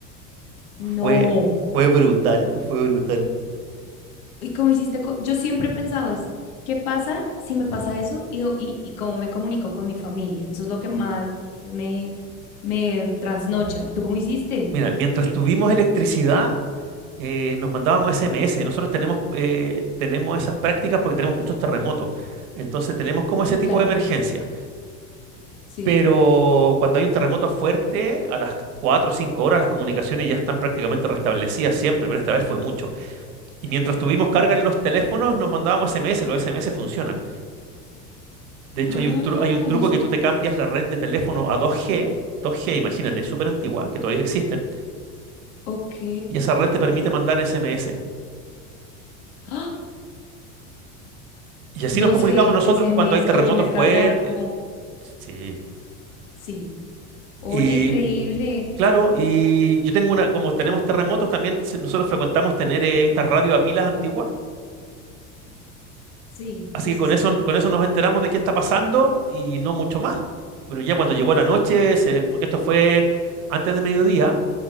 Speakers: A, on the left (about 70°); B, on the right (about 70°).
A: No.
B: Fue, fue brutal, fue brutal.
A: ¿Y cómo hiciste? co- Yo siempre he pensado es, ¿qué pasa si me pasa eso? Y, do- y, y cómo me comunico con mi familia. Eso es lo que más me, me trasnocha. ¿Tú cómo hiciste?
B: Mira, mientras tuvimos electricidad, eh, nos mandábamos SMS. Nosotros tenemos, eh, tenemos esas prácticas porque tenemos muchos terremotos. Entonces tenemos como ese tipo
A: Claro,
B: de emergencia.
A: sí.
B: Pero cuando hay un terremoto fuerte, a las 4 o 5 horas las comunicaciones ya están prácticamente restablecidas siempre, pero esta vez fue mucho. Y mientras tuvimos carga en los teléfonos, nos mandábamos SMS, los SMS funcionan. De hecho,
A: Ah,
B: hay un, tru- hay un truco
A: los...
B: que
A: em-
B: tú te cambias la red de teléfono a 2G, 2G, imagínate, súper antigua, que todavía existen,
A: Ok.
B: y esa red te permite mandar SMS.
A: ¡Ah!
B: Y así
A: 2G,
B: nos comunicamos nosotros
A: SMS.
B: cuando hay terremotos
A: Oye, me acabas
B: fuertes.
A: de dar como...
B: Sí.
A: Sí. Oye,
B: Y
A: increíble.
B: claro, y yo tengo una, como tenemos terremotos, también se- nosotros frecuentamos tener eh, estas radio a pilas antiguas
A: Sí,
B: Así
A: sí,
B: que
A: sí,
B: con
A: sí.
B: eso, con eso nos enteramos de qué está pasando y no mucho más. Pero ya cuando llegó la noche, se- porque esto fue antes de mediodía,